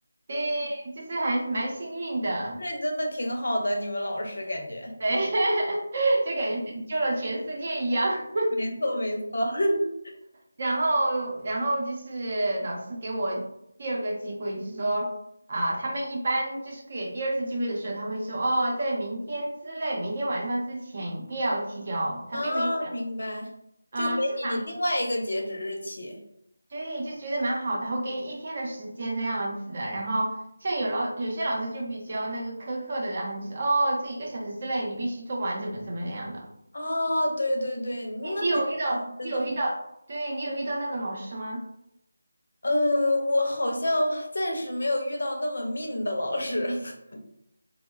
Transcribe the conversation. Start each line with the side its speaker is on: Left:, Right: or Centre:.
Right: 对，
Left: 嗯，
Right: 就是还蛮幸运的，
Left: 这真的挺好的，你们老师感觉。
Right: 对，<laughs> 就感觉拯救了全世界一样。
Left: 没错没错。<laughs>
Right: 然后，然后就是老师给我第二个机会，就是说啊，他们一般就是给第二次机会的时候，他会说哦，在明天之内，明天晚上之前一定要提交。他并没
Left: 啊，明白，
Right: 啊，
Left: 就给你另外一个截止日期。
Right: 是吧对，就觉得蛮好的，他会给你一天的时间这样子的。然后像有老有些老师就比较那个苛刻的，然后就是哦，这一个小时之内你必须做完，怎么怎么样的。
Left: 哦，对对对，那你们老师真的。
Right: 你你有遇到你有遇到，对你有遇到那种老师吗？
Left: 嗯，我好像暂时没有遇到那么命的老师，<laughs>